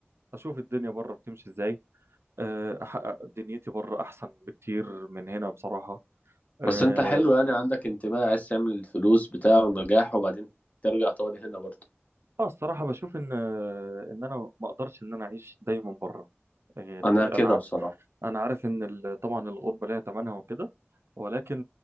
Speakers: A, on the right; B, on the left.
A: اشوف الدنيا بره بتمشي ازاي آه، احقق دنيتي بره احسن بكتير من هنا بصراحه اه
B: بس أنت حلو يعني عندك انتماء عايز تعمل الفلوس بتاعه ونجاح وبعدين ترجع تقعد هنا برضه
A: آه، الصراحه بشوف ان آه، ان انا ما اقدرش ان انا اعيش دايما بره آه، ال-
B: أنا
A: انا
B: كده
A: ع-
B: بصراحة
A: انا عارف ان ال- طبعا الغربه ليها ثمنها وكده ولكن